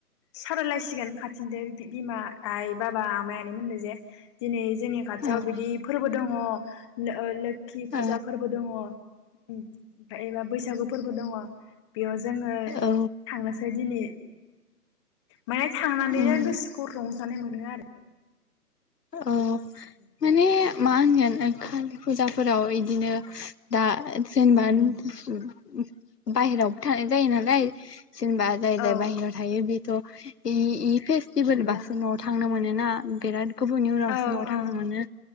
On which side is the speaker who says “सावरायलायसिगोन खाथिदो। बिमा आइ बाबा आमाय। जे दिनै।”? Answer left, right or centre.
Left